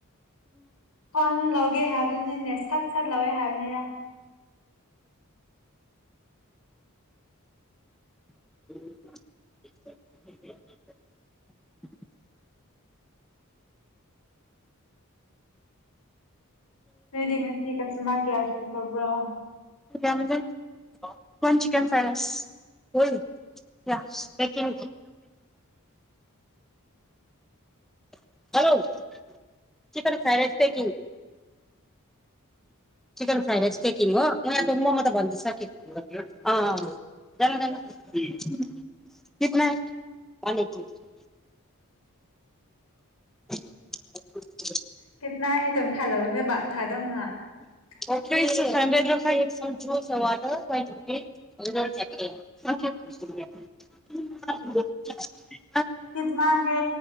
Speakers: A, on the left; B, in the centre.
A: ꯐꯣꯟ ꯂꯧꯒꯦ ꯍꯥꯏꯕꯅꯤꯅꯦ ꯁꯠ ꯁꯠ ꯂꯧꯋꯦ ꯍꯥꯏꯕꯅꯤꯗ
B: <unintelligible>
A: ꯅꯣꯏꯗꯤ ꯉꯁꯤ ꯀꯁꯇꯥꯃꯔ ꯀꯌꯥ ꯁꯨꯈꯔꯕ꯭ꯔꯣ
B: ꯌꯥꯝꯗꯦ ꯋꯥꯟ ꯆꯛꯟ ꯐ꯭ꯔꯥꯏ ꯔꯥꯏꯁ ꯍꯣꯏ ꯌꯥ ꯄꯦꯛꯀꯤꯡ <unintelligible> <inaudible>
A: <unintelligible>
B: <unintelligible>
A: ꯀꯤꯗꯅꯥ ꯍꯦ